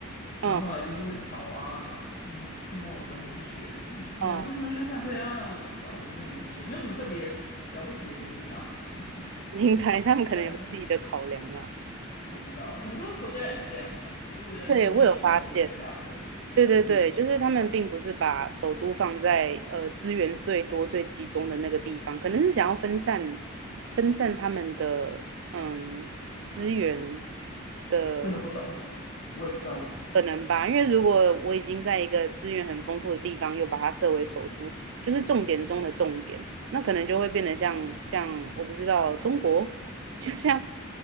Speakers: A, on the right; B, on the left.
A: 嗯
B: 然后后来就是会吵啊，嗯，看墨尔本还是雪梨，那为什么选堪培拉呢？
A: 嗯，
B: 我也不知道，我没有研究，没有什么特别了不起的原因啊，<laughs> 就是
A: 明白，他们可能有自己的考量啦。
B: 反正不知道，很多国家也是这样子啊，很多国家就是没有选在他们的最大城，
A: 对，我有发现，对对对，
B: 嗯，
A: 就是他们并不是把首都放在呃资源最多、最集中的那个地方，可能是想要分散分散他们的嗯资源的
B: 真的不懂，我也不知道为什么，
A: 可能吧，因为如果我已经在一个资源很丰富的地方，又把它设为首都，就是重点中的重点，那可能就会变得像像我不知道中国，<laughs> 就像